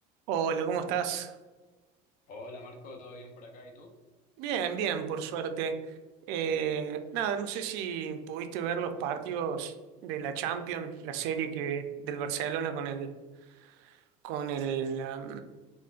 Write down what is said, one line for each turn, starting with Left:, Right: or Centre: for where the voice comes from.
Right: Hola, ¿cómo estás?
Left: Hola Marco, ¿todo bien por acá? ¿Y tú?
Right: Bien, bien, por suerte. Eh, nada, no sé si pudiste ver los partidos de la Champions, la serie que del Barcelona con el con el am,